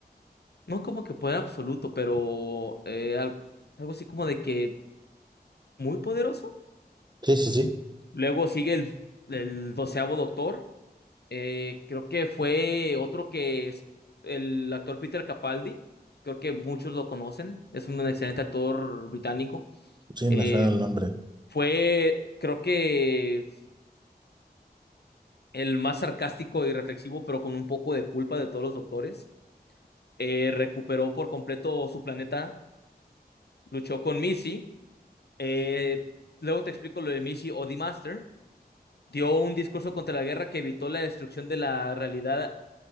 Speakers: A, on the left; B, on the right.
A: no como que poder absoluto, pero eh, al- algo así como de que muy poderoso.
B: Sí, sí, sí.
A: Luego sigue el, el doceavo Doctor. Eh, creo que fue otro que es el actor Peter Capaldi. Creo que muchos lo conocen. Es un excelente actor británico.
B: Sí,
A: Eh,
B: me suena el nombre.
A: fue, creo que el más sarcástico y reflexivo, pero con un poco de culpa de todos los doctores. Eh, recuperó por completo su planeta, luchó con Missy. Eh, luego te explico lo de Missy o The Master. Dio un discurso contra la guerra que evitó la destrucción de la realidad,